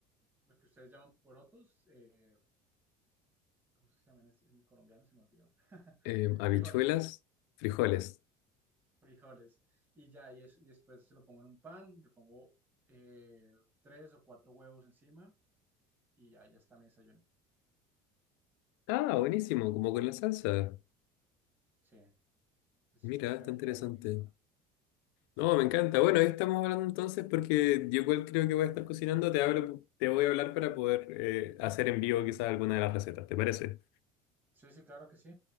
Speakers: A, on the right; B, on the left.
A: lo que ustedes llaman porotos, eh, ¿cómo se llaman? Es- en colombiano se me olvidó. <laughs>
B: Em, habichuelas,
A: Frijoles,
B: frijoles.
A: frijoles. Y ya, y, es- y después se lo pongo en un pan, le pongo eh, tres o cuatro huevos encima y ya, ya está mi desayuno.
B: Ah, buenísimo, como con la salsa.
A: Sí, entonces
B: Mira,
A: queda,
B: está interesante.
A: queda buenísimo.
B: No, me encanta. Bueno, ahí estamos hablando entonces porque yo igual creo que voy a estar cocinando. Te hablo, te voy a hablar para poder eh, hacer en vivo quizás alguna de las recetas, ¿te parece?
A: Sí, sí, claro que sí.